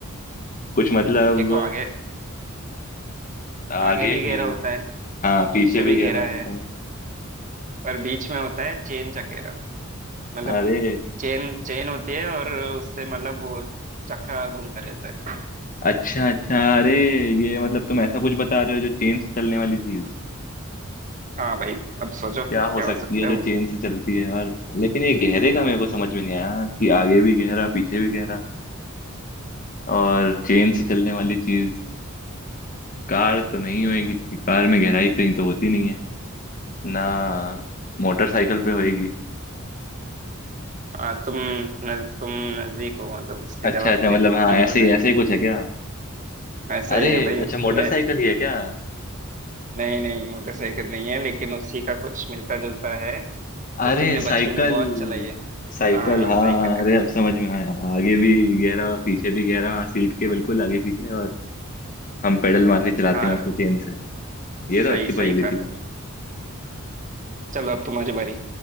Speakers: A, on the left; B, on the right.
A: कुछ मतलब
B: देखो आगे
A: आगे
B: आगे भी
A: गहरा
B: घेरा होता है
A: हाँ पीछे
B: पीछे भी
A: भी
B: घेरा
A: गहरा होता
B: है
A: है
B: पर बीच में होता है चेन चकेरा मतलब
A: अरे
B: चेन चेन होती है और उससे मतलब वो चक्का घूमता रहता है
A: अच्छा अच्छा अरे ये मतलब तुम ऐसा कुछ बता रहे हो जो चेन से चलने वाली चीज
B: हाँ भाई अब सोचो
A: क्या
B: क्या
A: हो सकती
B: हो सकता
A: है
B: है
A: जो
B: वो
A: चेन से चलती है यार लेकिन ये गहरे का मेरे को समझ में नहीं आया कि आगे भी गहरा पीछे भी गहरा और चेन से चलने वाली चीज कार तो नहीं होएगी क्योंकि कार में गहराई कहीं तो होती नहीं है ना मोटरसाइकिल पे होएगी
B: हाँ तुम नज, तुम नजदीक हो मतलब उसके
A: अच्छा
B: जवाब
A: अच्छा मतलब
B: के
A: हाँ
B: मोटरसाइकिल
A: ऐसे ही ऐसे ही कुछ है क्या
B: ऐसा
A: अरे
B: ही है भाई
A: अच्छा मोटरसाइकिल
B: तुमने
A: ही है क्या
B: नहीं नहीं मोटरसाइकिल नहीं है लेकिन उसी का कुछ मिलता जुलता है जो
A: अरे
B: तुमने
A: साइकिल
B: बचपन में बहुत चलाई है
A: साइकिल
B: हाँ हाँ
A: हाँ
B: साइकिल है
A: अरे अब समझ में आया आगे भी गहरा पीछे भी गहरा हाँ, सीट के बिल्कुल आगे पीछे और हम पेडल मार के चलाते
B: हाँ
A: हैं उसको चेन से
B: सही
A: ये तो अच्छी
B: सही
A: पहेली
B: कहा
A: थी
B: तुमने चलो अब तुम्हारी बारी